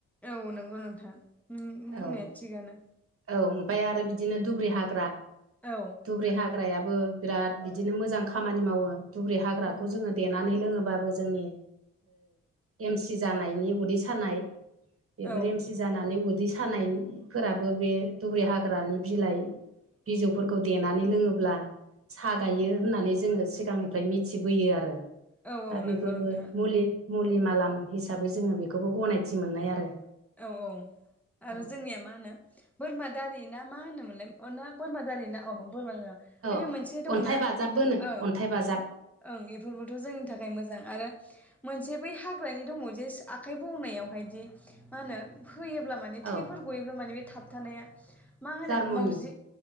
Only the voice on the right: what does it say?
औ
औ ओमफ्राय आरो बिदिनो दुब्रि हाग्रा
दुब्रि हाग्रायाबो बिराद बिदिनो मोजां खामानि मावो दुब्रि हाग्राखौ
जोङो देनानै लोङोबो जोंनि एमसि जानायनि उदै सानाय बेफोर
एमसि जानानै उदै सानायफोराबो बे दुब्रि हाग्रानि बिलाइ बिजौफोरखौ देनानै लोङोब्ला सागायो होननानै जोङो सिगांनिफ्राय मिथिबोयो आरो
दा बेफोरबो
मुलि-मुलि मालाम हिसाबै जोङो बेखौबो गनायथि मोननाय आरो।
औ
औ
अन्थाइ बाजाबबोनो
अन्थाइ बाजाब
औ
जार्मनि